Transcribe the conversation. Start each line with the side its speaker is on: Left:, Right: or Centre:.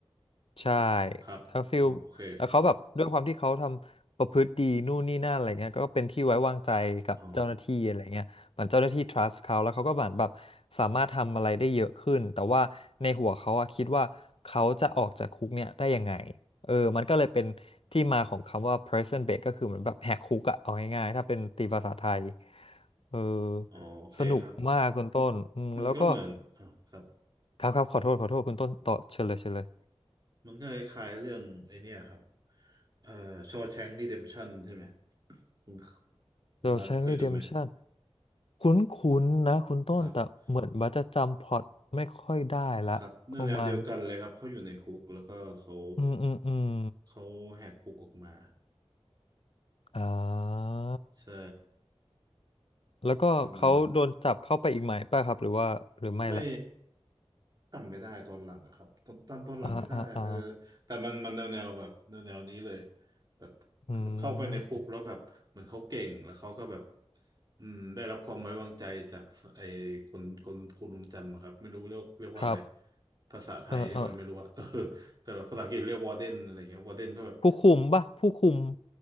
Left: ใช่
Right: ครับอ๋อโอเคโอเค
Left: แล้วฟิลแล้วเขาแบบด้วยความที่เขาทำประพฤติดีนู่นนี่นั่นอะไรเงี้ยก็เป็นที่ไว้วางใจกับเจ้าหน้าที่อะไรเงี้ยเหมือนเจ้าหน้าที่
Right: อ๋อ
Left: trust เขาแล้วเขาก็เหมือนแบบสามารถทำอะไรได้เยอะขึ้นแต่ว่าในหัวเขาอะคิดว่าเขาจะออกจากคุกเนี่ยได้ยังไงเออมันก็เลยเป็นที่มาของคำว่า prison break ก็คือเหมือนแบบแหกคุกอะเอาง่ายๆถ้าเป็นตีภาษาไทยเออ
Right: อ๋อโอเคครับ
Left: สนุกมากคุณต้นอืมแล้วก็
Right: มันมันก็เหมือนอ่ะครับ
Left: ครับครับขอโทษขอโทษคุณต้นต่อเชิญเลยเชิญเลย
Right: มันก็คล้ายๆเรื่องไอ้เนี่ยครับเอ่อชอว์แชงก์รีเดมชั่นใช่ไหมคุณคุณบาสเคยดูไหม
Left: The Shawshank Redemption คุ้นๆนะคุณต้นแต่เหมือนบัสจะจำพล็อตไม่ค่อยได้ละประมาณ
Right: ครับครับแนวเดียวกันเลยครับเขาอยู่ในคุกแล้วก็เขา
Left: อืมอืมอืม
Right: เขาแหกคุกออกมา
Left: อ่า
Right: ใช่
Left: แล้วก็เขาโดนจับเข้าไปอีกไหมป่ะครับหรือว่าหรือไม่ละ
Right: ประมาณนั้น ไม่จำไม่ได้ตอนหลังอะครับตอนตอตอนหลังไม่ได้เออ
Left: อ่าอ่าอ่า
Right: แต่มันมันแนวแนวแบบแนวแนวนี้เลยแบบคือแบบเข้าไปในคุกแล้วแบบเหมือนเขาเก่งแล้วเขาก็แบบ
Left: อืม
Right: อืมได้รับความไว้วางใจจากไอ้คนคนคนรุมจำอะครับไม่รู้เรียกเรียกว่าอะไร
Left: ครับ
Right: ภาษาไทยเรียกว่าไม่รู้อะ
Left: เออเออ
Right: <laughs> เออแต่แบบภาษาอังกฤษเรียกวอร์เดนอะไรเงี้ยวอร์เดนก็แบบ
Left: ผู้คุมป่ะผู้คุม